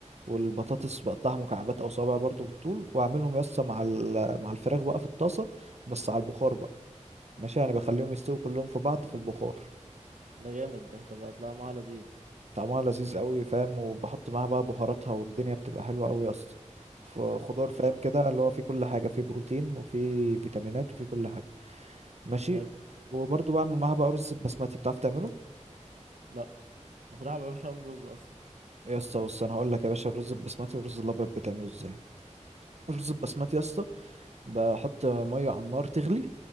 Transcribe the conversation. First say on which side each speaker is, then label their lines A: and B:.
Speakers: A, on the right; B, on the right.
A: والبطاطس بقطعها مكعبات او صوابع برضه بالطول واعملهم يا اسطى مع ال- مع الفراخ بقى في الطاسة بس على البخار بقى ماشي يعني بخليهم يستووا كلهم في بعض في البخار
B: ده جامد ده طب هتلاقي معاها لذيذ
A: طعمها لذيذ قوي فاهم وبحط معاها بقى بهاراتها والدنيا بتبقى حلوة قوي يا اسطى فخضار فاهم
B: اه
A: كده اللي هو فيه كل حاجة فيه بروتين وفيه فيتامينات وفيه كل حاجة ماشي
B: حلو
A: وبرضه بعمل معاها بقى رز بسمتي بتعرف تعمله
B: لا بصراحة ما بعرفش اعمل رز اصلا
A: يا اسطى بص انا هقول لك يا باشا الرز البسمتي والرز الابيض بتعمله ازاي الرز البسمتي يا اسطى بحط ميه على النار تغلي